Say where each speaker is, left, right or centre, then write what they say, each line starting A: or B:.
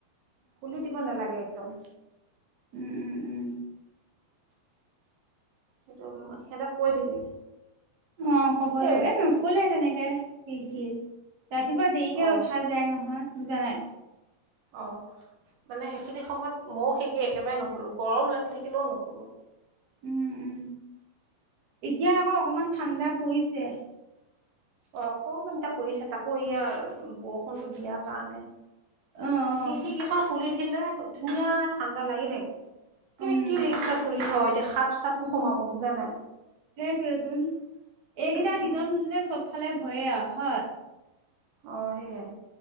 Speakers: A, on the right; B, on the right.
A: খুলি দিব নালাগে, একদম।
B: উম, উম, উম।
A: সেইটো, সিহঁতক কৈ দিবি।
B: অ, ক'ব লাগিব।
A: এই
B: এ, নোখোলে তেনেকে খিৰিকী। ৰাতিপুৱা দেৰিকে
A: অ
B: উঠা যায় নহয়, বুজা নাই।
A: অ মানে সেইখিনি সময়ত ময়ো খিৰিকী একেবাৰে নোখোলো। গৰম লাগি থাকিলেও নোখোলো।
B: উম, উম। এতিয়া আকৌ অকমান ঠাণ্ডা পৰিছে।
A: অ, অকণমান এতিয়া পৰিছে। তাকো এই বৰষুণটো দিয়াৰ কাৰণে।
B: অ অ
A: খিৰিকী কেইখন খুলিদিলে, ধুনীয়া ঠাণ্ডা লাগি থাকে। কিন্তু
B: উম
A: কি, ৰিক্সা খুলি থ, এতিয়া সাপ, চাপো সোমাব বুজা নাই।
B: সেইটোৱে তোন এইকেইটা
A: উম,
B: দিন মুঠতে চব ফালে ভয়ে আৰু হয়।
A: অ, সেইয়।